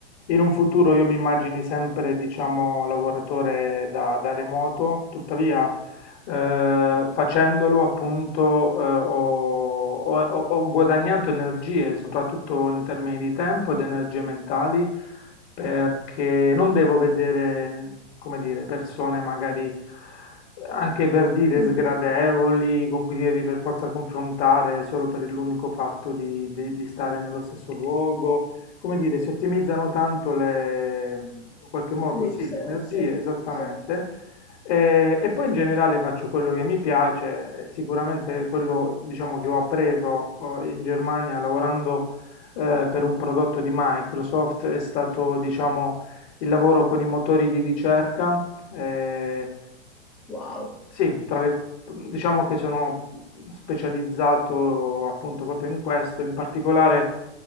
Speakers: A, on the left (about 40°); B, in the centre.
A: in un futuro io mi immagini sempre, diciamo, lavoratore da, da remoto, tuttavia eh, facendolo appunto eh, ho, ho- ho guadagnato energie, soprattutto in termini di tempo ed energie mentali, perché non devo vedere, come dire, persone magari anche per dire
B: Mh-mh.
A: sgradevoli, con cui ti devi per forza confrontare solo per l'unico fatto di, di- di stare nello stesso luogo. Come dire, si ottimizzano tanto le, in qualche modo,
B: Le risorse.
A: sì, le energie, esattamente.
B: Sì.
A: Eh, E, poi in generale faccio quello che mi piace, eh, sicuramente quello diciamo, che ho appreso eh, in Germania lavorando eh, per un prodotto di Microsoft è stato diciamo, il lavoro con i motori di ricerca. eh,
B: Wow,
A: sì, tra le diciamo che sono specializzato appunto proprio in questo, in particolare